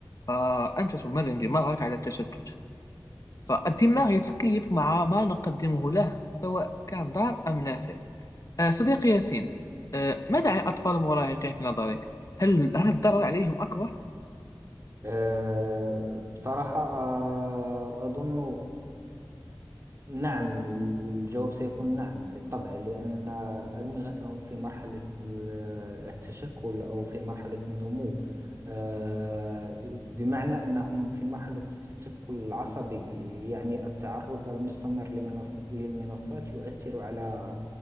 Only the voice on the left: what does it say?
فأنت تمرن دماغك على التشتت فالدماغ يتكيف مع ما نقدمه له سواء كان ضار أم نافع آه، صديقي ياسين آه، ماذا عن الأطفال المراهقين في نظرك؟ هل هل الضرر عليهم أكبر؟